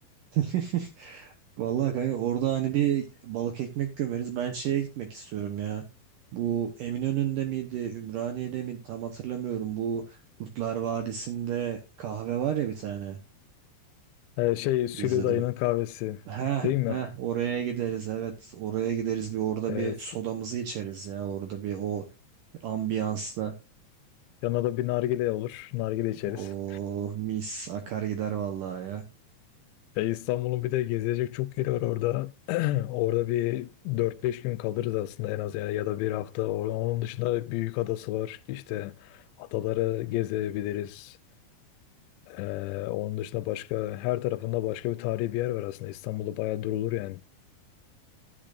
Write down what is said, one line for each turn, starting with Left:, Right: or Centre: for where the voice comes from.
Right: <laughs> vallahi kanka orada hani bir balık ekmek gömeriz. Ben şeye gitmek istiyorum ya. Bu Eminönü'nde miydi, Ümraniye'de miydi tam hatırlamıyorum. Bu Kurtlar Vadisi'nde kahve var ya bir tane.
Left: E, şey Sülü
Right: İzledim.
Left: Dayı'nın kahvesi
Right: Ha
Left: değil mi?
Right: ha oraya gideriz evet oraya gideriz bir orada
Left: Evet.
Right: bir sodamızı içeriz ya orada bir o ambiyansla.
Left: Yanına da bir nargile olur. Nargile içeriz.
Right: Oh mis akar gider vallahi ya.
Left: E, İstanbul'un bir de gezilecek çok yeri var orada. <clears throat> Orada bir dört beş gün kalırız aslında en az ya ya da bir hafta. Or- Onun dışında büyük adası var. İşte adaları gezebiliriz. Ee, onun dışında başka her tarafında başka bir tarihi bir yer var aslında. İstanbul'da bayağı durulur yani.